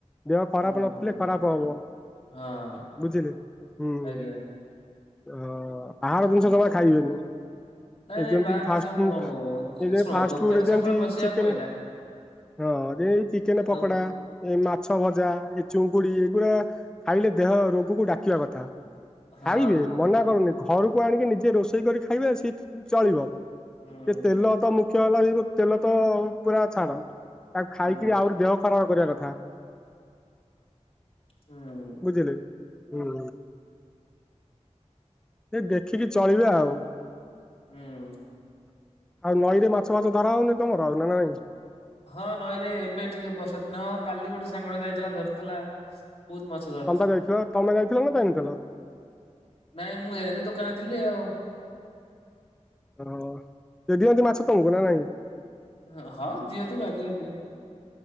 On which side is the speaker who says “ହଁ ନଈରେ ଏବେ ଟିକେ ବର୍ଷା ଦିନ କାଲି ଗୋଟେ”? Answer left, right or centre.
Left